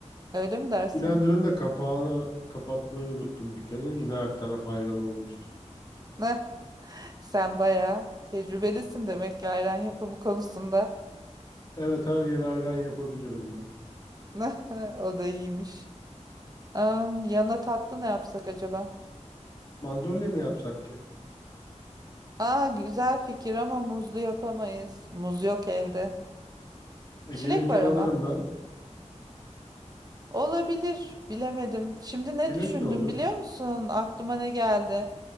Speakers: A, on the right; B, on the left.
A: öyle mi dersin?
B: Blenderın da kapağını kapatmayı unuttum bir kere. Yine her taraf ayran olmuştu.
A: <laughs> Sen bayağı tecrübelisin demek ki ayran yapımı konusunda.
B: Evet her yere ayran yapabilirim ben.
A: <laughs> O da iyiymiş. Am, yanına tatlı ne yapsak acaba?
B: Magnolia mı yapsak ki?
A: Aa güzel fikir ama muzlu yapamayız. Muz yok evde.
B: E,
A: Çilek
B: gelirken
A: var
B: alırım
A: ama.
B: ben.
A: Olabilir, bilemedim. Şimdi ne
B: Çilek
A: düşündüm
B: de olur.
A: biliyor musun? Aklıma ne geldi?